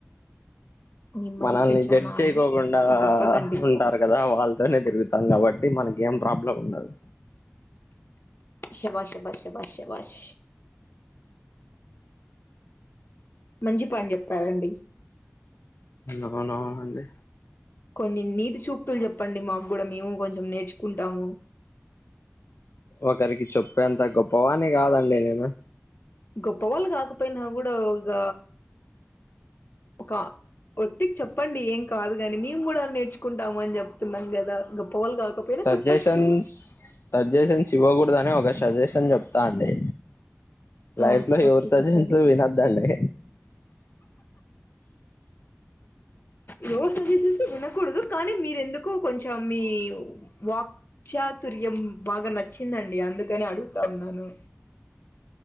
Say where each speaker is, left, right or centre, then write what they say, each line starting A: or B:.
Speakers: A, on the left (about 55°); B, on the left (about 70°).
A: మీ మైండ్
B: మనల్ని
A: సెట్ చానా
B: జడ్జ్ చేయకోకుండా
A: గొప్పదండి
B: ఉంటారు కదా వాళ్ళతోనే తిరుగుత కాబట్టి మనకి ఏం ప్రాబ్లం ఉండదు
A: శబాష్ శబాష్ శబాష్ శబాష్ మంచి పాని చెప్పారండి
B: అవునవును అండి
A: కొన్ని నీతి చూక్తులు చెప్పండి మాకు కూడా మేము కొంచెం నేర్చుకుంటాము
B: ఒకరికి చెప్పేంత గొప్పవాని కాదండి నేను
A: గొప్ప వాళ్ళు కాకపోయినా కూడా ఇగ ఒక ఒత్తికి చెప్పండి ఏం కాదు గాని మేము కూడా నేర్చుకుంటాము అని చెప్తున్నాం కదా గొప్ప వాళ్ళు కాకపోయినా
B: సజెషన్స్
A: చెప్పచ్చు
B: సజెషన్స్ ఇవ్వకూడదని ఒక సజెషన్ చెప్తా అండి లైఫ్
A: ఆ
B: లో
A: ఓకే
B: ఎవరి సజెషన్స్
A: చెప్పండి
B: వినదండి
A: నో సజెషన్స్ వినకూడదు కానీ మీరెందుకు కొంచెం మీ వాక్చాతుర్యం బాగా నచ్చిందండి అందుకనే అడుగుతాన్నాను